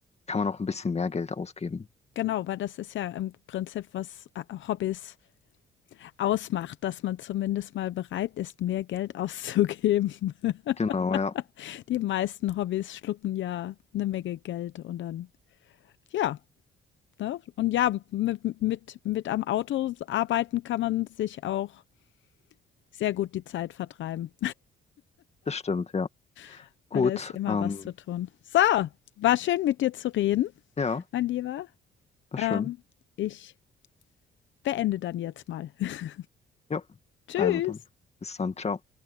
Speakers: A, on the left (about 30°); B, on the left (about 70°).
A: kann man auch ein bisschen mehr Geld ausgeben.
B: genau, weil das ist ja im Prinzip was, äh Hobbys Ausmacht, dass man zumindest mal bereit ist, mehr Geld auszugeben. <laughs>
A: Genau, ja.
B: Die meisten Hobbys schlucken ja eine Menge Geld und dann ja, ne? Und ja, mit mit mit am Auto arbeiten kann man sich auch sehr gut die Zeit vertreiben,
A: Das stimmt, ja.
B: <laughs>
A: Gut,
B: weil da ist immer
A: ähm,
B: was zu tun. So, war schön, mit dir zu reden,
A: ja,
B: mein Lieber.
A: war
B: Ähm,
A: schön.
B: ich beende dann jetzt mal. <laughs>
A: Ja,
B: Tschüss.
A: also dann. Bis dann, ciao.